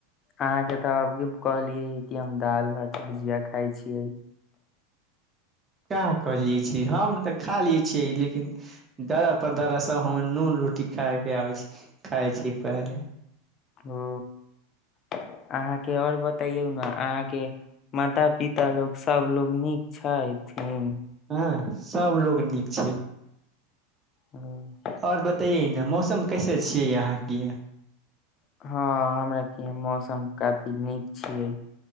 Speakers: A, on the left; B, on the right.
A: अहाँके तऽ अबी कहली किी हम दाल भात भुजिआ खाइ छियै
B: कहाँ कहलिय छी हम तऽ खा ले छियै लेकिन दादा पर दादा सब हमर नून रोटी खााय के आबै छै खााय छै पहिले
A: ओ अहाँके आओर बतैयौ ने अहाँके माता पिता लोग सबलोग नीक छैथिन
B: ह सब लोग नीक छै
A: हँ
B: आओर बताइ मौसम कैसे छियै यहाँके
A: हँ हमरा य मौसम काफी नीक छियै